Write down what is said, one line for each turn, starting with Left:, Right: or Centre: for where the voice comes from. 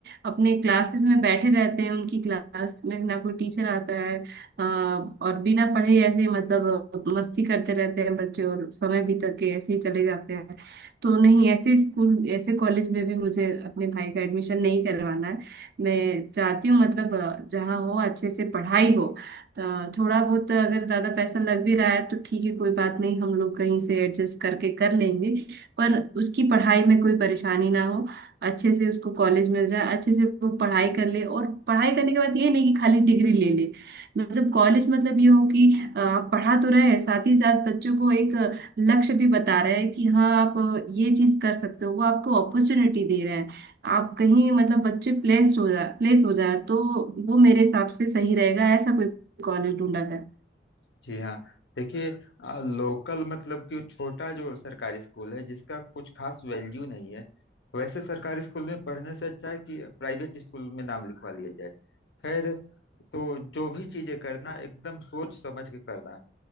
Right: अपने क्लासेस में बैठे रहते हैं उनकी क्लास में ना कोई टीचर आता है आ, और बिना पढ़े ऐसे मतलब मस्ती करते रहते हैं बच्चे और समय बीत के ऐसे ही चले जाते हैं तो नहीं ऐसे स्कूल ऐसे कॉलेज में भी मुझे अपने भाई का एडमिशन नहीं करवाना है मैं चाहती हूँ मतलब अ, जहाँ हो अच्छे से पढ़ाई हो अ, थोड़ा बहुत अगर ज्यादा पैसा लग भी रहा है तो ठीक है कोई बात नहीं हम लोग कहीं से एडजस्ट करके कर लेंगे पर उसकी पढ़ाई में कोई परेशानी ना हो अच्छे से उसको कॉलेज मिल जाए अच्छे से वो पढ़ाई कर ले और पढ़ाई करने के बाद ये नहीं कि खाली डिग्री ले ले मतलब कॉलेज मतलब ये हो कि अ, आप पढ़ा तो रहे हैं साथ ही साथ बच्चों को एक अ, लक्ष्य भी बता रहे हैं कि हाँ आप ये चीज कर सकते हो वो आपको अपॉर्चुनिटी दे रहे हैं आप कहीं मतलब बच्चे प्लेस हो जाए प्लेस हो जाए तो वो मेरे हिसाब से सही रहेगा ऐसा कोई कॉलेज ढूंढा जाए
Left: जी हाँ देखिए लोकल मतलब कि वो छोटा जो सरकारी स्कूल है जिसका कुछ खास वैल्यू नहीं है वैसे सरकारी स्कूल में पढ़ने से अच्छा है कि प्राइवेट स्कूल में नाम लिखवा लिया जाए खैर तो जो भी चीजें करना एकदम सोच समझ के करना